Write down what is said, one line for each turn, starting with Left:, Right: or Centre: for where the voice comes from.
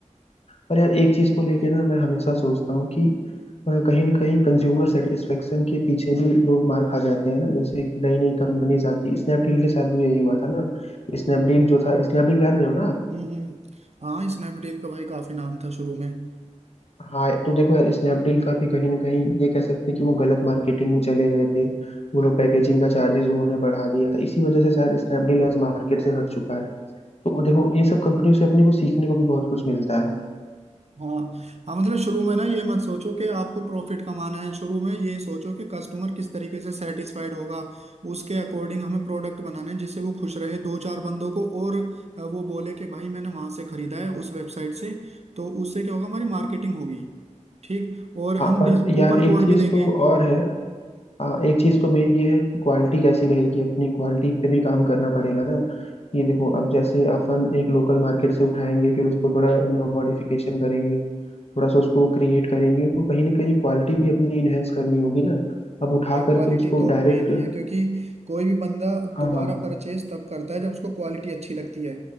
Left: पर यार एक चीज को लेके ना मैं हमेशा सोचता हूँ कि अ, कहीं ना कहीं कंज्यूमर सेटिस्फेक्शन के पीछे भी लोग मार खा जाते हैं ना जैसे नई नई कंपनीज आती स्नैपडील के साथ भी यही हुआ था ना स्नैपडील जो था स्नैपडील जान रहे हो ना
Right: हम्म हम्म। हाँ स्नैपडील का भाई काफी नाम था शुरू में
Left: हाँ तो देखो यार स्नैपडील का भी कहीं ना कहीं ये कह सकते हैं कि वो गलत मार्केटिंग में चले गए थे वो लोग पैकेजिंग का चार्जेस उन्होंने बढ़ा दिया था इसी वजह से शायद स्नैपडील आज मार्केट से हट चुका है तो देखो इन सब कंपनियों से अपने को सीखने को भी बहुत कुछ मिलता है
Right: हाँ हाँ मतलब शुरू में ना ये मत सोचो कि आपको प्रॉफिट कमाना है शुरू में ये सोचो कि कस्टमर किस तरीके से सेटिस्फाइड होगा उसके अकॉर्डिंग हमें प्रोडक्ट बनाना है जिससे वो खुश रहे दो चार बंदों को और अ, वो बोले कि भाई मैंने वहां से खरीदा है उस वेबसाइट से तो उससे क्या होगा हमारी मार्केटिंग होगी ठीक और
Left: हाँ
Right: हम
Left: पर यार
Right: कूपन
Left: एक
Right: कोड
Left: चीज
Right: भी देंगे
Left: तो और है हाँ एक चीज तो मेन ये है कि क्वालिटी कैसी रहेगी अपनी क्वालिटी पे भी काम करना पड़ेगा ना ये देखो अब जैसे अपन एक लोकल मार्केट से उठाएंगे फिर उसको थोड़ा मॉडिफिकेशन करेंगे थोड़ा सा उसको क्रिएट करेंगे तो कहीं ना कहीं क्वालिटी भी अपनी इनहेंस करनी होगी ना अब उठा
Right: भाई
Left: करके
Right: क्वालिटी
Left: उसको
Right: तो
Left: डायरेक्ट
Right: मेन ही है क्योंकि कोई भी बंदा
Left: हाँ
Right: दोबारा
Left: हाँ
Right: परचेज तब करता है जब उसको क्वालिटी अच्छी लगती है